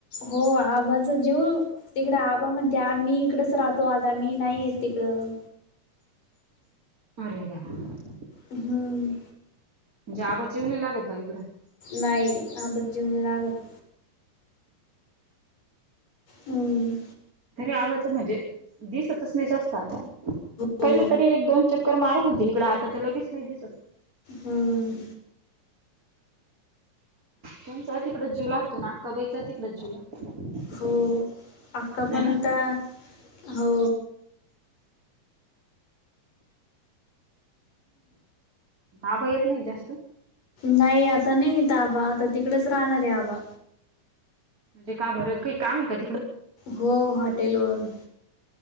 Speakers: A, on the left; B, on the right.
A: हो आबाचा जीव. तिकडं आबा म्हणते, मी इकडच राहतो आता मी नाही येत तिकडं.
B: अरे देवा.
A: हम.
B: म्हणजे आबाचा जीव नाही लागत. बा इकडं
A: नाही आबाचा जीव नाही लागतं. हम.
B: तरी आबाचं म्हणजे दिसतच नाही जास्त आता.
A: हो
B: पहिले तरी एक दोन चक्कर मारत होते. इकडं आता तर लगेच नाही दिसत.
A: हम.
B: त्यांचा तिकडच जीव लागतो, अन् अक्काबाईचा तिकडच जीव लागतो.
A: हो अक्का पण
B: आहे ना
A: आता हो.
B: आबा येत नाही जास्तं.
A: नाही आता नाही येत आबा आता तिकडेच राहणार आहे आबा.
B: म्हणजे का बरं काही काम आहे का तिकडं?
A: हो हॉटेलवर.